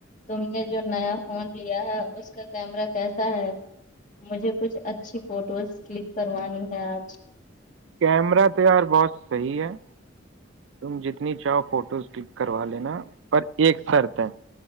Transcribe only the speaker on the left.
تم نے جو نیا فون لیا ہے اس کا کیمرہ کیسا ہے مجھے کچھ اچھی فوٹوز کلک کروانی ہے آج